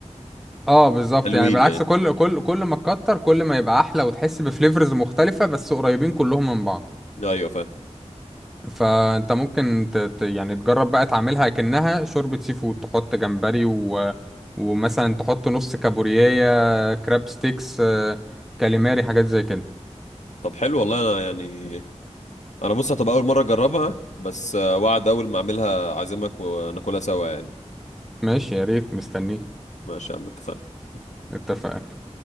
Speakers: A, in the centre; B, on the left (about 75°).
A: اه بالظبط
B: حلوين
A: يعني بالعكس
B: يعني
A: كل كل كل ما تكتر كل ما يبقى احلى وتحس بفليفرز مختلفة بس قريبين كلهم من بعض
B: ايوه فاهم
A: فانت ممكن ت... ت- يعني تجرب بقى تعملها كأنها شوربة سي فود تحط جمبري و... ومثلا تحط نص كابوريايا كراب ستيكس آه، كاليماري حاجات زي كده
B: طب حلو والله انا يعني انا بص هتبقى اول مره اجربها بس آه، وعد اول ما اعملها اعزمك وناكلها سوا يعني
A: ماشي يا ريت مستنيك
B: ماشي يا عم اتفقنا
A: اتفقنا